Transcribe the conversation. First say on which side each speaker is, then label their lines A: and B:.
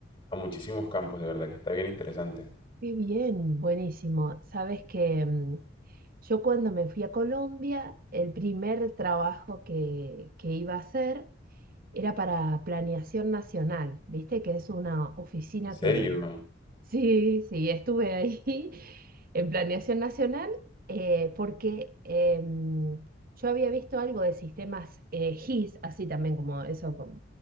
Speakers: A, on the left; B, on the right.
A: a muchísimos campos, de verdad que está bien interesante.
B: Qué bien, buenísimo. Sabes que mm, yo cuando me fui a Colombia, el primer trabajo que, que iba a hacer era para Planeación Nacional, ¿viste? Que es una oficina
A: ¿En serio?
B: que... Sí, sí, estuve ahí <laughs> en Planeación Nacional eh, porque em, yo había visto algo de sistemas eh, GIS, así también como eso, como-